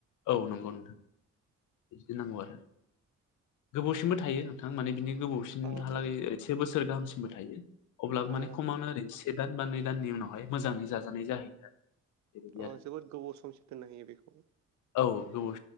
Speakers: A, on the left; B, on the right.
A: औ नंगौ नोंथां बिदि नांगौ आरो गोबावसिमबो थायो नोंथां माने बिनि गोबावसिमहालागै
B: आदसा आदसा
A: से बोसोर गाहामसिनबो थायो। अब्ला
B: अ
A: माने खमावनो आरो एसे दान बा नै दाननि उनावहाय मोजाङै जाजानाय जाहैयो। बेबायदि
B: अ
A: आरो
B: जोबोद गोबाव समसो दोननो हायो बेखौ
A: औ गोबाव